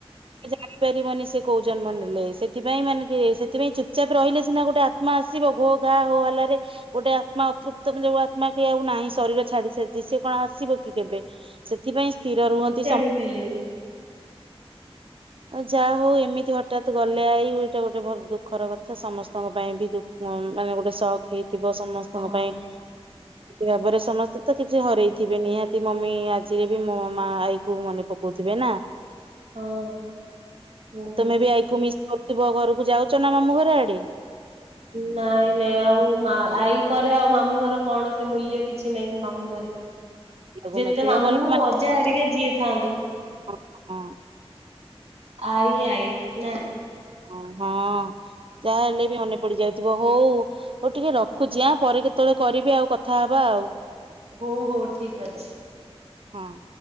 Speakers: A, on the right (about 60°); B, on the right (about 75°).
A: ସେ ଜାଇପାରିବନି ସେ କୋଉ ଜନ୍ମ ନେଲେ ସେଥିାଇଁ ମାନେ ସେଥିପାଇଁ ଚୁପଚାପ ରହିଲେ ସିନା ଗୋଟେ ଆ ଆତ୍ମା ଆସିବ ଘୋ ଘା ହୋ ହାଲାରେ ଗୋଟେ ଆତ୍ମା ଅତୃପ୍ତ ମାନେ ଯୋଉ ଆତ୍ମା କି ଆଉ ନାହିଁ ଶରୀର ଛାଡି ସାରିଛି ସିଏ କଣ ଆସିବ କି କେବେ ସେଥିପାଇଁ ସ୍ଥିର ରୁହନ୍ତି ସମ
B: ଚୁପ୍ ହେଲେନି <unintelligible>
A: ଆଉ ଯାହା ହଉ ଏମିତି ହଠାତ୍ ଗଲେ ଆଇ ଗୋଟେ ଭଲ ଦୁଃଖର କଥା ସମସ୍ତଙ୍କ ପାଇଁ ବି ଦୁ ହଁ ମାନେ ଗୋଟେ ସକ୍ ହେଇଥିବ ସମସ୍ତଙ୍କ
B: ହଁ।
A: ପାଇଁ
B: <inaudible>
A: ଭାବରେ ସମସ୍ତେ ତ କିଛି ହରେଇଥିବେ ନିହାତି ମମି ଆଜିରେ ବି ମୋ ମା ଆଈ କୁ ମନେ ପକଉଥିବେ ନା
B: ହଁ। ବହୁତ।
A: ତମେ ବି ଆଇ କୁ ମିସ୍ କରୁଥିବ ଘରକୁ ଯାଉଛ ନା ମାମୁଁ ଘର ଆଡେ?
B: ନାଇଁ ନାଇଁ ଆଉ ମା ଆଇ ପରେ ଆଉ ମାମୁଁ ଘର କଣ ସେ ମୂଲ୍ୟ କିଛି ନାହିଁ ସେ ମାମୁଁ ଘରେ।
A: ଲାଗୁନଥିବ
B: ଯେତେ ମାମୁଁ
A: ଗଲା
B: ଅଜା ହରିକା ଯିଏ ଥାଆନ୍ତୁ।
A: ହ, ହ, ହଁ।
B: ଆଇ ଆଇ ନା।
A: ଓ ହଁ ଯାହାହେଲେ ବି ମନେ ପଡି ଯାଉଥିବ ହଉ ହଉ ଟିକେ ରଖୁଛି ଆ ପରେ କେତେବେଳେ କରିବି ଆଉ କଥା ହବା ଆଉ।
B: ହଉ ହଉ ଠିକ୍ ଅଛି।
A: ହଁ।